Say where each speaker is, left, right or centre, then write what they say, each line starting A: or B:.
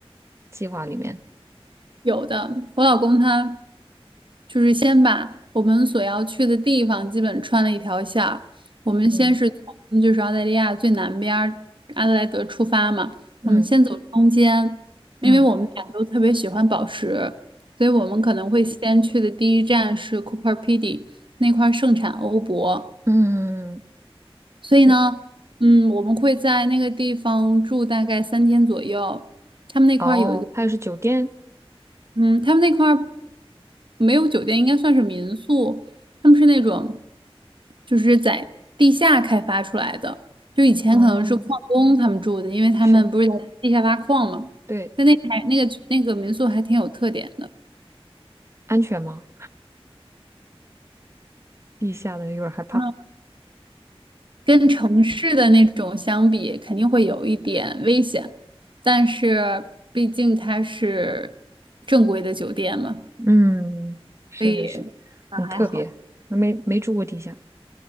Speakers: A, on the right (about 25°); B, on the right (about 55°).
A: 计划里面，
B: 有的，我老公他就是先把我们所要去的地方基本穿了一条线儿。我们先是从就是澳大利亚最南边儿阿德莱德出发嘛，
A: 嗯嗯
B: 我们先走中间，因为我们俩都特别喜欢宝石，
A: 嗯
B: 所以我们可能会先去的第一站是
A: 嗯
B: Cooper Pedy 那块儿盛产欧泊，
A: 嗯，嗯
B: 所以呢，
A: 是
B: 嗯，我们会在那个地方住大概三天左右。他们那块儿有一个。
A: 哦，它也是酒店，
B: 嗯，他们那块儿没有酒店，应该算是民宿。他们是那种，就是在地下开发出来的。就以前可能是矿工他们住的，
A: 哦，
B: 因为他们不是在地下挖矿嘛。
A: 是，对，
B: 但那还那个那个民宿还挺有特点的，
A: 安全吗？地下的有点害怕，
B: 嗯跟城市的那种相比，肯定会有一点危险。但是毕竟它是正规的酒店嘛，
A: 嗯，是是是，
B: 所以嗯还好。
A: 很特别，没没住过地下，